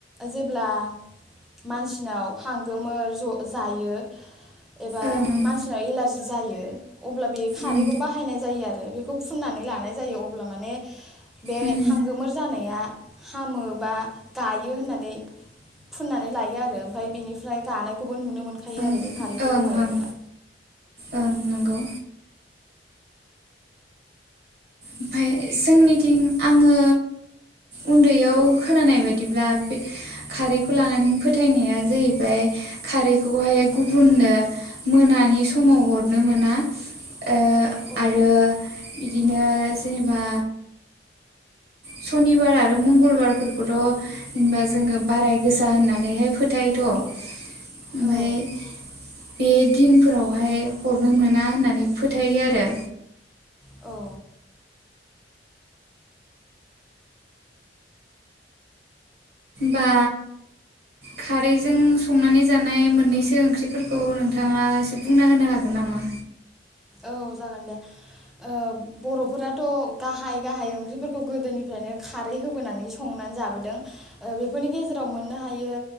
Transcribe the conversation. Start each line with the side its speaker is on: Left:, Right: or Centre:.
Centre: जेब्ला मानसिनाव हांगोमोर ज' जा यो एबा
Right: ओं ओं
Centre: मानसिनाव एलारजि जायो अब्ला बे खारैखौ
Right: उम
Centre: बाहायनाय जायो आरो बेखौ फुननानै लानाय जायो अब्ला माने बे
Right: उम
Centre: हांगोमोर जानाया हामो बा गायो होननानै फुननानै लायो आरो ओमफाय बेनिफ्राय गानायखौबो नुनो मोनो। थायो
Right: ओं
Centre: आरो बे खारैखौ
Right: ओं
Centre: लगायोब्ला
Right: ओं ओं नंगौ ओमफाय जोंनिथिं आङो उन्दैयाव खोनानाय बायदिब्ला बे खारैखौ लानानै फोथायनाया जाहैबाय खारैखौहाय गुबुननो मोनानि समाव हरनो मोना। ओ
Centre: औ
Right: आरो बिदिनो जेनेबा सनिबार आरो मंगलबारफोरखौथ' जेनबा जोङो बाराय गोसा होननानैहाय फोथायोथ' ओमफ्राय
Centre: औ
Right: बे दिनफोरावहाय हरनो मोना होननानै फोथायो आरो
Centre: औ
Right: बा खारैजों संनानै जानाय मोननैसो ओंख्रिफोरखौ नोंथाङा एसे बुंना होनो हागोन नामा?
Centre: औ जागोन दे ओ बर'फोराथ' गाहाय गाहाय ओंख्रिफोरखौ गोदोनिफ्रायनो खारै होबोनानै संनानै जाबोदों ओ बेफोरनि गेजेराव मोननो हायो